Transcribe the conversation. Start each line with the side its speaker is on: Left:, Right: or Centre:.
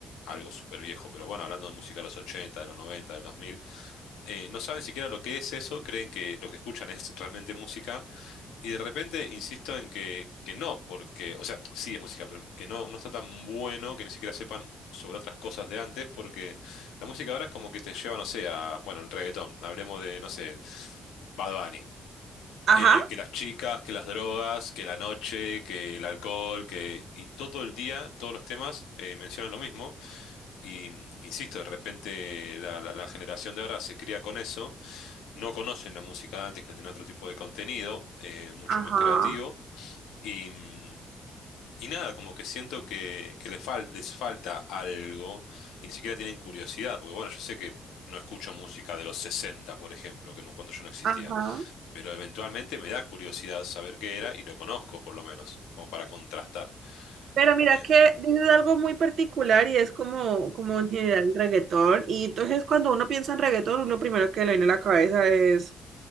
Left: Algo súper viejo, pero bueno, hablando de música de los 80 de los 90 del 2000 eh, no saben siquiera lo que es eso, creen que lo que escuchan es realmente música, y de repente insisto en que, que no, porque, o sea, sí es música, pero que no, no está tan bueno que ni siquiera sepan sobre otras cosas de antes, porque la música ahora es como que te lleva, no sé, a, bueno, en reggaetón, hablemos de, no sé, Bad Bunny.
Right: ajá,
Left: eh, que las chicas, que las drogas, que la noche, que el alcohol, que... Y todo el día, todos los temas eh, mencionan lo mismo. Y insisto, de repente la, la- la generación de ahora se cría con eso, no conocen la música de antes que tenía otro tipo de contenido, eh, mucho
Right: ajá,
Left: más creativo, y, mm, y nada, como que siento que, que le fal- les falta algo y ni siquiera tienen curiosidad, porque bueno, yo sé que no escucho música de los 60, por ejemplo, que no, cuando yo no existía,
Right: ajá.
Left: pero eventualmente me da curiosidad saber qué era y lo conozco por lo menos, como para contrastar.
Right: Pero mira
Left: Eh,
Right: que dices algo muy particular y es como, como en general el reggaetón. Y entonces cuando uno piensa en reggaetón, uno primero que le viene a la cabeza es